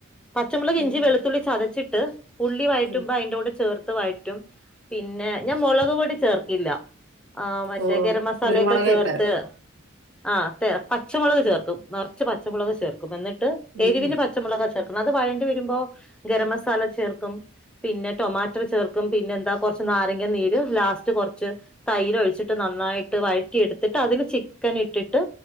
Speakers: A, in the centre; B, on the right (about 65°).
A: പച്ചമുളക്
B: ഉം
A: ഇഞ്ചി
B: ഉം
A: വെളുത്തുള്ളി ചതച്ചിട്ട് ഉള്ളി വഴറ്റുമ്പോ
B: ഉം
A: അതിണ്ടോടെ ചേർ വായിട്ടും പിന്നെ ഞാൻ മുളക് പോടീ ചേർക്കില്ല ആഹ മറ്റേ
B: ഓ ഓ
A: ഗരം മസാലയൊക്കെ
B: കുരുമുളകേക്കാരം
A: ചേർത്ത്, ആ പച്ചമുളക് ചേർക്കും നിറച്ചു പച്ചമുളക് ചേർക്കും എന്നിട്ട്
B: ഉം
A: എരിവിന്
B: ഉം
A: പച്ചമുളക് ചേർക്ക അത് വഴേണ്ടി വരുമ്പോ ഗരം മസാല ചേർക്കും പിന്നെ ടൊമാ ചേർക്കും പിന്നെ എന്ത നാരങ്ങ നീര് ലാസ്റ്റ് കുറച്ച് തൈര് ഒഴിച്ചിട്ട് നന്നായിട്ട് എടുത്തിട്ട് അതില് ചിക്കൻ ഇട്ടിട്ട്